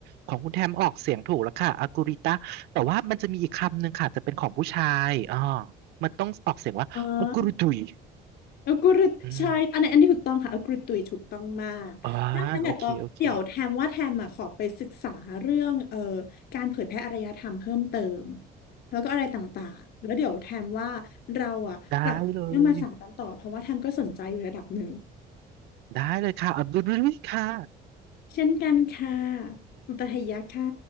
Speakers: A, on the right; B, on the left.
A: ของคุณแทมออกเสียงถูกแล้วค่ะอากูริตาแต่ว่ามันจะมีอีกคำหนึ่งค่ะจะเป็นของผู้ชายอ๋อมันต้องออกเสียงว่าอากูริตุย
B: อ๋อ เอัลกอรุทใช่อันนี้นอันนี้ถูกต้องค่ะเอัลกอริตุยถูกต้องมากดังนั้นแต่ต่อเดี๋ยวแทมว่าแทมอ่ะขอไปศึกษาเรื่องเอ่อ
A: อืมอ๋อโอเค โอเค
B: การเผยแพร่อารยธรรมเพิ่มเติมแล้วก็อะไรต่างๆแล้วเดี๋ยวแทมว่าเราอ่ะกลับเรื่องภาษากันต่อเพราะว่าแทมก็สนใจอยู่ระดับหนึ่ง
A: ได้เลย ได้เลยค่ะอากูริค่ะ
B: เช่นกันค่ะคุณตาเฮียะค่ะ